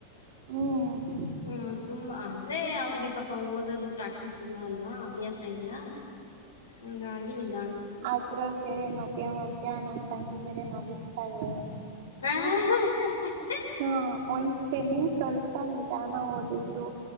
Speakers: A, on the right (about 50°); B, on the left (about 70°).
A: ಹ್ಮ್
B: ಹ್ಮ ತುಂಬಾ ಅಂದ್ರೆ ಅವ್ರಿಗೆ ಪಾಪಾ ಓದೋದು ಪ್ರಾಕ್ಟೀಸ್ ಇಲ್ಲ ಅಲ್ವಾ ಅಭ್ಯಾಸ ಇಲ್ಲ ಹಂಗಾಗಿ ಇದ್
A: ಅದ್ರಲ್ ಬೇರೆ ಮದ್ಯ ಮಧ್ಯ್ಯಾ ನನ್ನ ತಂಗಿ ಬೇರೆ ನಗಸ್ತಾಳೆ
B: ಹ್ಮ್ ಹ <unintelligible>
A: ಹಾ ಒಂದ್ ಸ್ಪೆಲಿಂಗ್ ಸ್ವಲ್ಪ ನಿಧಾನ ಓದಿದ್ರು